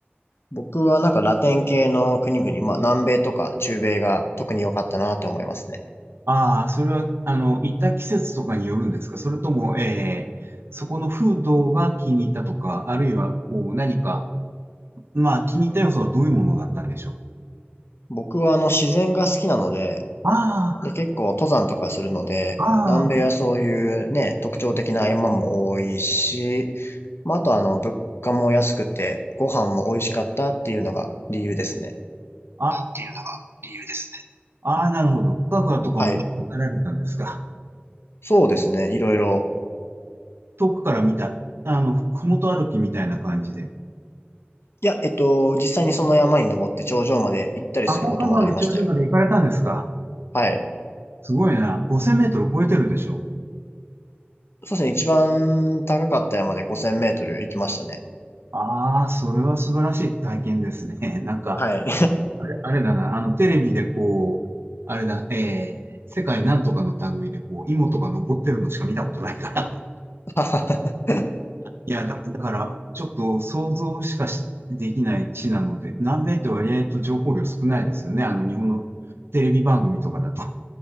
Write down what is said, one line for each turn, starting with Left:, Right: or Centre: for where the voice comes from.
Left: 僕はなんかラテン系の国々、まあ、南米とか中米が特に良かったなと思いますね。
Right: ああ、それは、あの、行った季節とかによるんですかそれとも、えーそこの風土が気に入ったとか、あるいは、こう、何か、まあ、気に入った要素はどういうものだったんでしょう
Left: 僕はあの自然が好きなので、
Right: あ
Left: で、結構登山とかするので、
Right: あ、
Left: 南米はそういうね、
Right: あ
Left: 特徴的な山も多いし、まあ、あとあの、物価も安くて、ご飯も美味しかったっていうのが理由ですね。
Right: あ、ああ、っていうのが理由ですね。ああなるほど。深くとかも行かれたんですか
Left: はい。そうですね。いろいろ。
Right: 遠くから見た、あの、ふ、ふもと歩きみたいな感じで。
Left: いや、えっと、実際にその山に登って頂上まで行ったりすることもありましたよ。
Right: あ、高架川の頂上まで行かれたんですか
Left: はい。
Right: すごいな。5000メートル超えてるでしょ
Left: そうですね。一番高かった山で5000メートル行きましたね。
Right: ああ、それは素晴らしい体験ですね。<laughs> なんか、
Left: はい。
Right: あれ、あれだな、あの、テレビでこう、あれだ、えー、世界なんとかの類で、こう、芋とか登ってるのしか見たことないから。<laughs>
Left: <laughs>
Right: いや、だ、だから、ちょっと想像しかしできない地なので、南米って割合と情報量少ないですよね。あの、日本のテレビ番組とかだと。